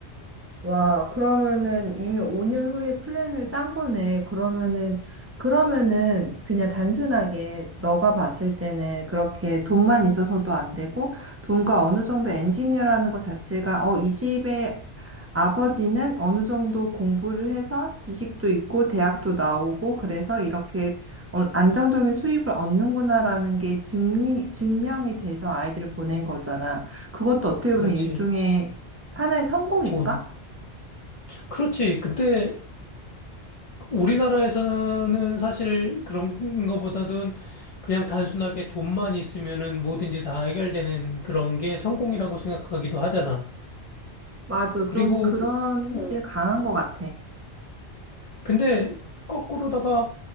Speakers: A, on the right; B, on the left.
A: 와, 그러면은 이미 5년 후에 플랜을 짠 거네. 그러면은, 그러면은 그냥 단순하게 너가 봤을 때는 그렇게 돈만 있어서도 안 되고, 돈과 어느 정도 엔지니어라는 것 자체가, 어, 이 집의 아버지는 어느 정도 공부를 해서 지식도 있고, 대학도 나오고, 그래서 이렇게 어, 안정적인 수입을 얻는구나라는 게 증, 증명이 돼서 아이들을 보낸 거잖아. 그것도 어떻게 보면
B: 그렇지.
A: 일종의 하나의 성공일까?
B: 돈. 그렇지. 근데 우리나라에서는 사실 그런 것보다는 그냥 단순하게 돈만 있으면은 뭐든지 다 해결되는 그런 게 성공이라고 생각하기도 하잖아.
A: 맞아.
B: 그리고,
A: 좀 그런
B: 어,
A: 게 강한 것 같아.
B: 근데 거꾸로다가